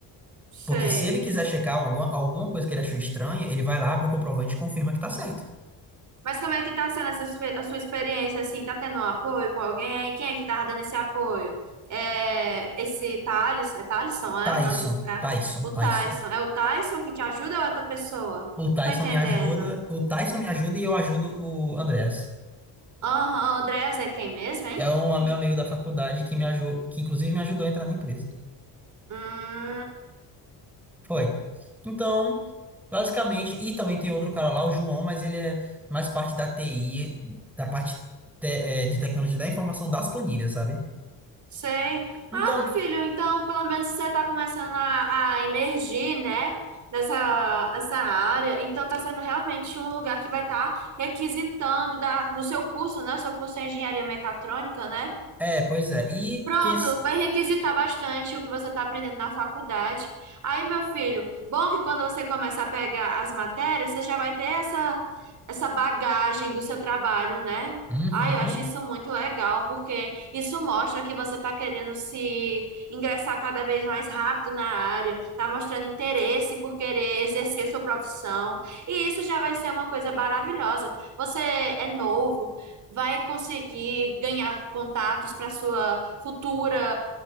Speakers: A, on the right; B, in the centre.
A: sei.
B: Porque se ele quiser checar alguma, alguma coisa que ele achou estranha, ele vai lá, abre o comprovante e confirma que tá certo.
A: Mas como é que tá sendo essa, espe- a sua experiência, assim? Tá tendo um apoio com alguém? Quem é que tava dando esse apoio? É, esse Thales, é Thaleson, né?
B: Tyson,
A: O nome desse cara?
B: Tyson,
A: O
B: Tyson.
A: Tyson. É o Tyson que te ajuda ou é outra pessoa?
B: O Tyson
A: Tô entendendo.
B: me ajuda, o Tyson me ajuda e eu ajudo o Andrés.
A: Aham, o Andrés é quem mesmo, hein?
B: É um é meu amigo da faculdade que me ajudou, que inclusive me ajudou a entrar na empresa.
A: Hum.
B: Foi. Então, basicamente, e também tem outro cara lá, o João, mas ele é mais parte da TI, da parte te- eh, de tecnologia da informação das planilhas, sabe?
A: Sei.
B: Então,
A: Ah, meu filho, então pelo menos você está começando a, a emergir, né? Nessa, essa área. Então está sendo realmente um lugar que vai estar requisitando da, do seu curso, né? O seu curso é engenharia mecatrônica, né?
B: é, pois é. E
A: Pronto,
B: quem. s-
A: vai requisitar bastante o que você está aprendendo na faculdade. Aí, meu filho, bom que quando você começa a pegar as matérias, você já vai ter essa, essa bagagem do seu trabalho, né?
B: Uhum.
A: Ai, eu acho isso muito legal, porque isso mostra que você está querendo se ingressar cada vez mais rápido na área, está mostrando interesse por querer exercer sua profissão, e isso já vai ser uma coisa maravilhosa. Você é novo, vai conseguir ganhar contatos para sua futura,